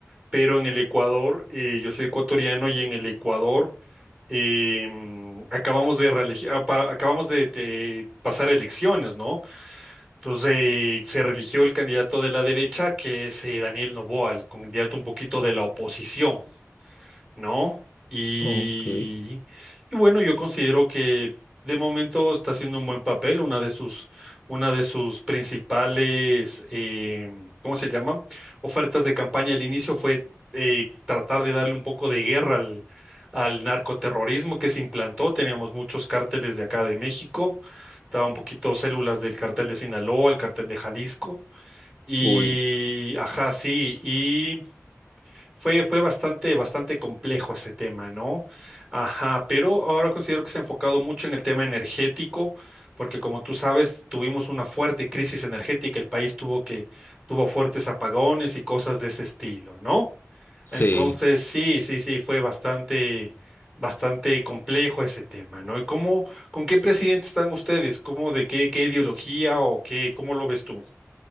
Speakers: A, on the right; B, on the left.
A: pero en el Ecuador, eh, yo soy ecuatoriano y en el Ecuador em, acabamos de, reelegi- apa- acabamos de, de pasar elecciones, ¿no? Entonces eh, se religió el candidato de la derecha, que es eh, Daniel Noboa, el candidato un poquito de la oposición. ¿no? Y,
B: Ok,
A: y bueno, yo considero que de momento está haciendo un buen papel, una de sus, una de sus principales, em, ¿cómo se llama? Ofertas de campaña al inicio fue eh, tratar de darle un poco de guerra al, al narcoterrorismo que se implantó. Teníamos muchos cárteles de acá de México, estaba un poquito células del cartel de Sinaloa, el cartel de Jalisco. Y,
B: uy,
A: ajá, sí, y fue, fue bastante, bastante complejo ese tema, ¿no? Ajá, pero ahora considero que se ha enfocado mucho en el tema energético, porque como tú sabes, tuvimos una fuerte crisis energética, el país tuvo que, tuvo fuertes apagones y cosas de ese estilo, ¿no?
B: sí,
A: Entonces, sí, sí, sí, fue bastante, bastante complejo ese tema, ¿no? ¿Y cómo, con qué presidente están ustedes? ¿Cómo, de qué, qué ideología o qué, cómo lo ves tú?